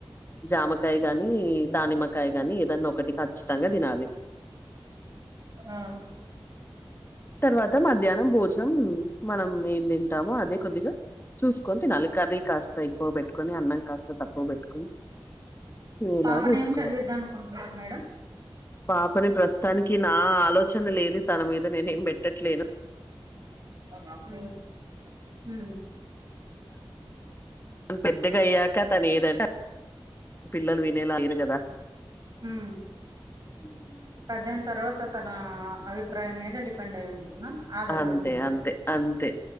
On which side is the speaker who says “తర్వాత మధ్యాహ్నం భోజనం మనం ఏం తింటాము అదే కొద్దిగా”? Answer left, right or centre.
Left